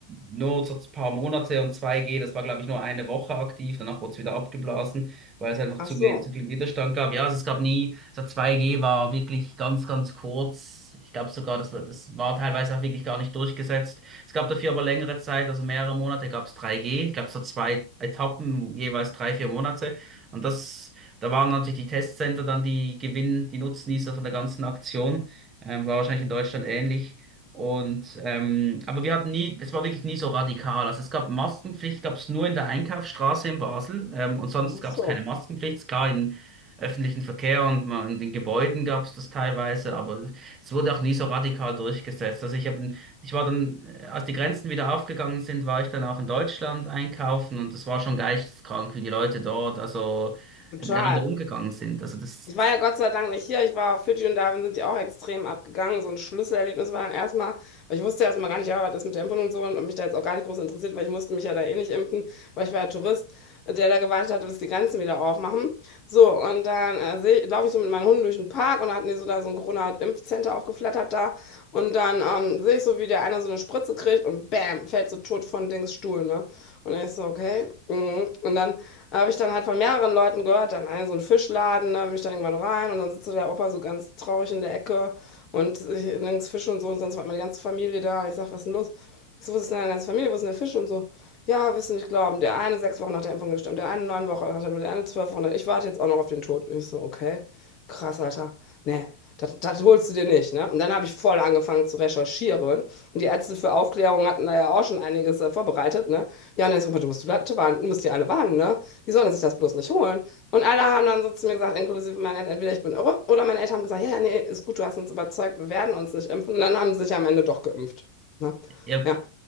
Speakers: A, on the right (about 15°); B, on the left (about 25°).
A: nur so ein paar Monate und 2G, das war, glaube ich, nur eine Woche aktiv. Danach wurde es wieder abgeblasen, weil es einfach
B: Ach
A: zu,
B: so,
A: we- zu viel Widerstand gab. Ja, also es gab nie, so 2G war wirklich ganz, ganz kurz. Ich glaube sogar, das, war- das war teilweise auch wirklich gar nicht durchgesetzt. Es gab dafür aber längere Zeit, also mehrere Monate gab es 3G. Ich glaube, so zwei Etappen, jeweils drei, vier Monate. Und das da waren natürlich die Testcenter dann die Gewinn, die Nutznießer von der ganzen Aktion. Ähm, war wahrscheinlich in Deutschland ähnlich. Und ähm, aber wir hatten nie, es war wirklich nie so radikal. Also es gab Maskenpflicht, gab es nur in der Einkaufsstraße in Basel ähm, und sonst
B: ach
A: gab
B: so,
A: es keine Maskenpflicht. Klar, im öffentlichen Verkehr und mal in den Gebäuden gab es das teilweise, aber es wurde auch nie so radikal durchgesetzt. Also ich habe, ich war dann, äh, als die Grenzen wieder aufgegangen sind, war ich dann auch in Deutschland einkaufen und das war schon geisteskrank, wie die Leute dort, also
B: total.
A: miteinander umgegangen sind. Also das,
B: Ich war ja Gott sei Dank nicht hier. Ich war auf Fidschi und da sind die auch extrem abgegangen. So ein Schlüsselerlebnis war dann erstmal, weil ich wusste erstmal gar nicht, ja, was ist mit der Impfung und so und hab mich da jetzt auch gar nicht groß interessiert, weil ich musste mich ja da eh nicht impfen, weil ich war ja Tourist, der da gewartet hatte, bis die Grenzen wieder aufmachen. So, und dann äh, laufe ich so mit meinen Hunden durch den Park und da hatten die so da so ein Corona-Impfcenter aufgeflattert da. Und dann ähm, sehe ich so, wie der eine so eine Spritze kriegt und bam, fällt so tot von Dings Stuhl, ne? Und ich so, okay. mhm. Und dann habe ich dann halt von mehreren Leuten gehört, dann in so einen Fischladen, da bin ich dann irgendwann rein und dann sitzt so der Opa so ganz traurig in der Ecke und ich- nirgends Fisch und so und sonst war meine ganze Familie da und ich sag, was ist denn los? Ich so, wo ist denn deine ganze Familie, wo ist denn der Fisch und so? Ja, wirst du nicht glauben, der eine sechs Wochen nach der Impfung gestorben, der eine neun Wochen nach der Impfung, der eine zwölf Wochen, ich warte jetzt auch noch auf den Tod. Ich so, okay, krass, Alter, nee, das das holst du dir nicht, ne? Und dann habe ich voll angefangen zu recherchieren und die Ärzte für Aufklärung hatten da ja auch schon einiges äh, vorbereitet, ne? Ja, und dann ist so, du musst du musst die alle warnen, ne? die sollen sich das bloß nicht holen. Und alle haben dann so zu mir gesagt, inklusive meiner Eltern, entweder ich bin irre oder meine Eltern haben gesagt, ja, ja, nee, ist gut, du hast uns überzeugt, wir werden uns nicht impfen. Und dann haben sie sich am Ende doch geimpft. Ne?
A: ja, ja,
B: Ja,